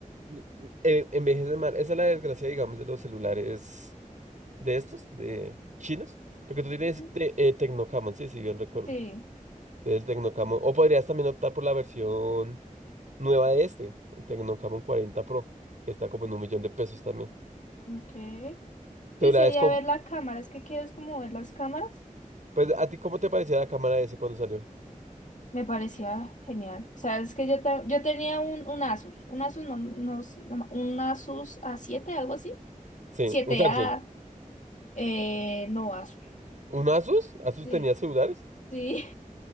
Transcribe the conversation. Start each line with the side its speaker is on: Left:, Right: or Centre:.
Right: Y- y- eh, Envejece mal. Esa es la desgracia, digamos, de los celulares de estos, de chinos. Porque tú tienes
Left: <laughs>
Right: de, eh, Tecnocamon, sí, sí, bien recuerdo.
Left: Sí,
Right: El Tecnocamon. O podrías también optar por la versión nueva de este, el Tecnocamon 40 Pro, que está como en un millón de pesos también.
Left: ok.
Right: Celulares
Left: Sí, sería
Right: con
Left: ver la cámara, es que quieres como ver las cámaras.
Right: Pues, ¿a ti cómo te parecía la cámara ese cuando salió?
Left: Me parecía genial. O sea, es que yo, ta- yo tenía un, un Asus, un Asus, no, no, no- un Asus a siete algo así.
Right: Sí,
Left: siete
Right: un Samsung.
Left: a eh, no Asus.
Right: ¿Un Asus? ¿Asus
Left: Sí,
Right: tenía celulares?
Left: sí,